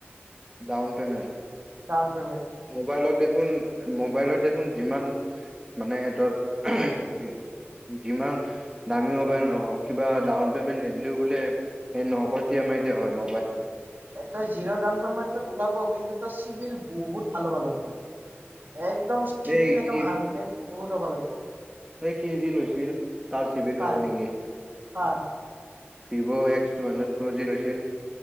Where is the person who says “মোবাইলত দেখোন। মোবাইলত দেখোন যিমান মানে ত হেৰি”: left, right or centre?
Right